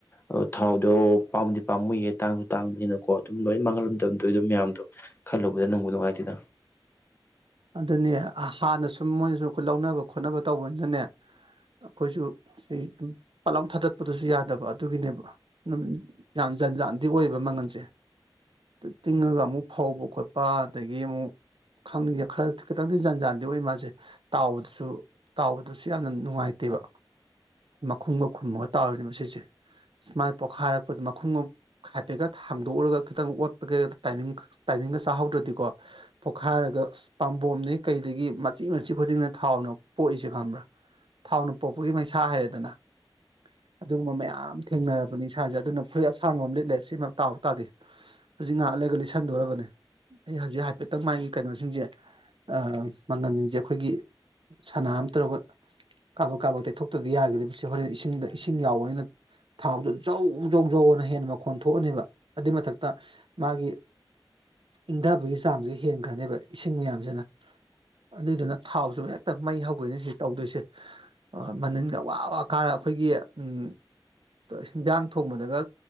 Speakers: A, on the left (about 25°); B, on the right (about 70°).
A: ꯑ ꯊꯥꯎꯗꯣ ꯄꯥꯝ ꯗꯤ ꯄꯥꯝꯃꯨꯌꯦ ꯇꯥꯡꯖꯨ ꯇꯥꯡꯕꯅꯤꯅꯀꯣ ꯑꯗꯨꯝ ꯂꯣꯏ ꯃꯥꯡꯍꯜꯂꯝꯗꯝꯗꯣꯏꯗꯣ ꯃꯌꯥꯝꯗꯣ ꯈꯜꯂꯨꯕꯗ ꯅꯨꯡꯕꯨ ꯅꯨꯡꯉꯥꯏꯇꯦꯗ
B: ꯑꯗꯨꯅꯦ ꯑ ꯍꯥꯟꯅ ꯁꯨꯝ ꯃꯣꯏꯅꯁꯨ ꯂꯧꯅꯕ ꯈꯣꯠꯅꯕ ꯇꯧꯕꯅꯤꯅꯅꯦ ꯑꯈꯣꯏꯖꯨ ꯁꯤ ꯎꯝ ꯄꯠꯂꯥꯎ ꯊꯗꯠꯄꯗꯨꯁꯨ ꯌꯥꯗꯕ ꯑꯗꯨꯒꯤꯅꯦꯕ ꯎꯝ ꯌꯥꯝ ꯖꯟꯖꯥꯟꯗꯤ ꯑꯣꯏꯌꯦꯕ ꯃꯪꯒꯟꯖꯦ ꯇꯤꯡꯉꯒ ꯑꯃꯨꯛ ꯐꯧꯕ ꯈꯣꯠꯄ ꯑꯗꯒꯤ ꯑꯃꯨꯛ ꯈꯪꯗꯦ ꯈꯔ ꯈꯤꯇꯪꯗꯤ ꯖꯟꯖꯥꯟꯗꯤ ꯑꯣꯢ ꯃꯥꯖꯦ ꯇꯥꯎꯕꯗꯁꯨ ꯇꯥꯎꯕꯗꯁꯨ ꯌꯥꯝꯅ ꯅꯨꯡꯉꯥꯏꯇꯦꯕ ꯃꯈꯨꯝꯒ ꯈꯨꯝꯃꯒ ꯇꯥꯎꯔꯤꯅꯦꯕ ꯁꯤꯁꯦ ꯁꯨꯃꯥꯏ ꯄꯣꯛꯈꯥꯏꯔꯛꯄꯗ ꯃꯈꯨꯝꯒ ꯍꯥꯏꯐꯦꯠꯀ ꯍꯥꯡꯗꯣꯛꯎꯔꯒ ꯈꯤꯇꯪ ꯑꯣꯠꯄꯒꯦ ꯇꯥꯏꯃꯤꯡ ꯇꯥꯢ ꯃꯤꯡꯒ ꯆꯥꯍꯧꯗ꯭ꯔꯗꯤꯀꯣ ꯄꯣꯛꯈꯥꯏꯔꯒ ꯑꯁ ꯄꯥꯝꯕꯣꯝꯅꯦ ꯀꯩꯗꯒꯤ ꯃꯆꯤ ꯃꯆꯤ ꯈꯨꯗꯤꯡꯅ ꯊꯥꯎꯅ ꯄꯣꯛꯏꯁꯦ ꯈꯪꯕ꯭ꯔꯥ ꯊꯥꯎꯅ ꯄꯣꯛꯄꯒꯤ ꯃꯩꯁꯥ ꯍꯥꯏꯔꯦꯗꯅ ꯑꯗꯨꯒꯨꯝꯕ ꯃꯌꯥꯝ ꯊꯦꯡꯅꯔꯕꯅꯤ ꯥꯢꯁꯥꯖꯦ ꯑꯗꯨꯅ ꯐꯨꯔꯤꯠ ꯑꯁꯥꯡꯕ ꯑꯝ ꯂꯤꯠꯂꯦ ꯁꯤꯃ ꯇꯥꯎ ꯇꯥꯗꯤ ꯍꯨꯖꯤꯛ ꯉꯍꯥꯛ ꯂꯩꯔꯒ ꯂꯤꯠꯁꯟꯗꯣꯔꯕꯅꯦ ꯑꯩ ꯍꯖꯤꯛ ꯍꯥꯏꯐꯦꯠꯇꯪ ꯃꯥꯥꯏ ꯃꯤꯠ ꯀꯩꯅꯣꯖꯤꯡꯖꯦ ꯑ ꯃꯪꯒꯟꯖꯤꯡꯖꯦ ꯑꯈꯣꯏꯒꯤ ꯁꯅꯥ ꯑꯝ ꯇꯧꯔꯒ ꯀꯥꯕꯛ ꯀꯥꯕꯛ ꯇꯩꯊꯣꯛꯇꯗꯤ ꯌꯥꯒꯤꯔꯣꯢꯕ ꯁꯦ ꯍꯣꯔꯦꯟ ꯏꯁꯤꯡꯗ ꯏꯁꯤꯡ ꯌꯥꯎꯕꯅꯤꯅ ꯊꯥꯎꯗꯣ ꯖꯧ ꯖꯧ ꯖꯧ ꯑꯅ ꯍꯦꯟꯅ ꯃꯈꯣꯟ ꯊꯣꯛꯑꯅꯤꯕ ꯑꯗꯨ ꯃꯊꯛꯇ ꯃꯥꯒꯤ ꯏꯪꯗꯕꯒꯤ ꯆꯥꯡꯖꯨ ꯍꯦꯟꯈ꯭ꯔꯅꯤꯕ ꯏꯁꯤꯡ ꯃꯌꯥꯝꯖꯤꯅ ꯑꯗꯨꯗꯨꯅ ꯊꯥꯎꯁꯨ ꯍꯦꯛꯇ ꯃꯩ ꯍꯧꯒꯩꯅꯦ ꯁꯤ ꯇꯧꯗꯣꯏꯁꯦ ꯑ ꯃꯅꯤꯟꯒ ꯋꯥ ꯋꯥ ꯀꯥꯔ ꯑꯈꯣꯏꯒꯤ ꯎꯝ ꯍꯟꯖꯥꯡ ꯊꯣꯡꯕꯗꯒ